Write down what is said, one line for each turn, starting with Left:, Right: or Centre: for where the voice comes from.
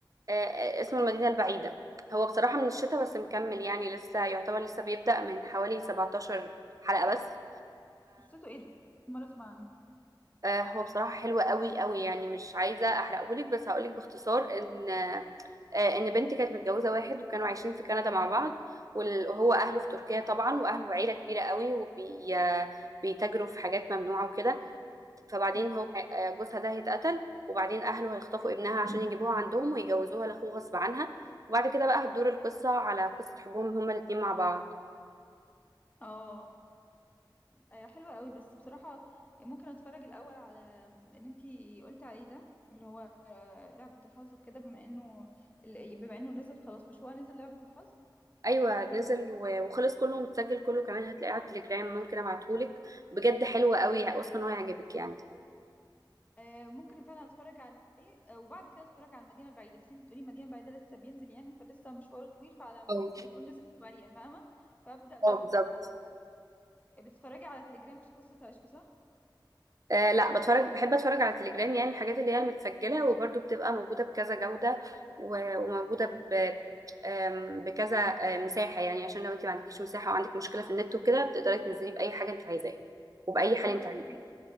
Right: آه آه، اسمه المدينه البعيده هو بصراحه من الشتاء بس مكمل يعني لسه يعتبر لسه بيبدأ من حوالي 17 حلقه بس
Left: قصته ايه ده؟ أول مرة اسمع عنه
Right: آه، هو بصراحة حلو قوي قوي يعني مش عايزة أحرقهولك بس هقولك باختصار إن آه، إن بنت كانت متجوزة واحد وكانوا عايشين في كندا مع بعض وال- وهو أهله في تركيا طبعا وأهله عيلة كبيرة قوي وبيتاجروا في حاجات ممنوعة وكده فبعدين
Left: مم.
Right: هو آه، جوزها ده هيتقتل وبعدين أهله هيخطفوا ابنها عشان يجيبوها عندهم ويجوزوها لأخوه غصب عنها وبعد كده بقى هتدور القصة على قصة حبهم هما الاتنين مع بعض
Left: اه آه، حلوة قوي بس بصراحة يعني ممكن اتفرج الاول على اللي انتي قلت عليه ده اللي هو آه، لعبة الحظ وكده بما انه ال- بما انه نزل خلاص مش هو نزل لعبة الحظ
Right: ايوه نزل و- وخلص كله متسجل كله كمان هتلاقيه على التليجرام ممكن ابعتهولك بجد حلو قوي واثقه ان هو هيعجبك يعني
Left: آه، ممكن فعلا اتفرج عليه آه، وبعد كده اتفرج على المدينة البعيدة بس انتي بتقولي المدينة البعيدة لسه بينزل يعني فلسه مشواره طويل فعلى
Right: أو
Left: ما يكون نزل شوية فاهمة فابدأ بلعبة
Right: اه بالظبط
Left: الحظ آه، بتتفرجي على تليجرام مش قصة عشق صح؟
Right: آه لا بتفرج بحب اتفرج على التليجرام يعني الحاجات اللي هي المتسجله وبرده بتبقى موجوده بكذا جوده و- وموجوده ب آم، بكذا آه، مساحه يعني عشان لو انت ما عندكيش مساحه وعندك مشكله في النت وكده بتقدري تنزليه باي حاجه انت عايزاها وباي حال
Left: خلاص
Right: انت عايزاه
Left: فهمت.